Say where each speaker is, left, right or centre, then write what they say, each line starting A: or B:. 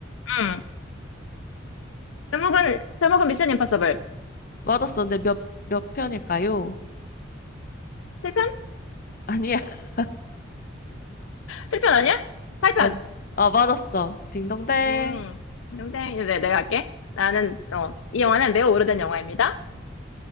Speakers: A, on the left (about 85°); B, on the left (about 45°).
A: 응. 제목은, 제목은 미션 임파서블.
B: 맞았어. 근데 몇 몇 편일까요?
A: 7편?
B: 아니야. <laughs>
A: 7편 아니야? 8편!
B: 아, 아, 맞았어. 딩동댕.
A: 음, 농이 네, 내가 할게. 나는, 어, 이 영화는 매우 오래된 영화입니다.